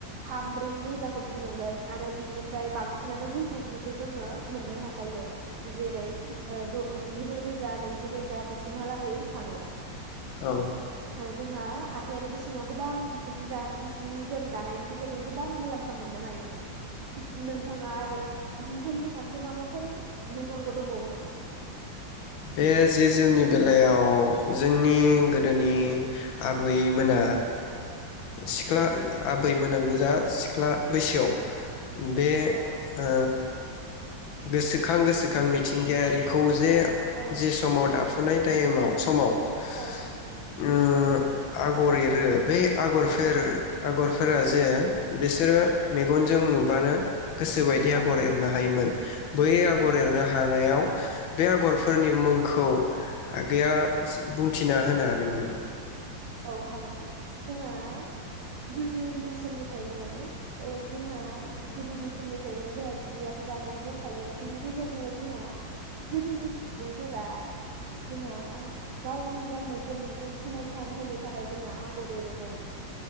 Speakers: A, on the right; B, on the left.
A: थाम ब्रै रोजाखौ बुंनांगोन आरो बिनिफ्राय बांसिनानो गोजौखौसो जोङो मोननो हाखायो जेरै ओ द जि रोजा नैजि रोजा। दा बिसिमहालागै थाङो।
B: औ।
A: जोंहा हाथाइयारि बेसेनाव गोबां जि दा जि जोम दानायनि गेजेरजों गोबां मुलाम्फा मोननो हायो नोंथाङा आरो जि जोमनि फारसे माबाफोर बुंनांगौ दंबावो नामा?
B: बे जि जोंनि बेलायाव जोंनि गोदोनि आबैमोना सिख्ला आबैमोनानो जा सिख्ला बैसोआव बे
A: औ
B: ओ गोसोखां गोसोखां मिथिंगायारिखौ जे जे
A: औ
B: समाव दाब फुनाय टाइमाव समाव ओ
A: औ
B: आगर एरो बे आगरफोर
A: औ
B: आगरफोरा जे बेसे बिसोरो मेगनजों नुबानो गोसोबायदि
A: औ
B: आगर एरनो हायोमोन। बै आगर
A: औ
B: एरनो हानायाव बे आगर फोरनि मुंखौ आगैया बुंथि थिना होनो हागोन नामा?
A: औ हागोन जोंङा गोदोनि समनिफ्रायनो ओ जोंहा गोदोनि समनिफ्रायनो जोंहा जियाथ' दानाया दंखायो बिनि गेजेरजोंनो जोंहा गोदोनि सुबुंफोरा जोंहा गावनि गाननाय जोमनाय समायखां होनो थाखाय जोंहा आगर एरोमोन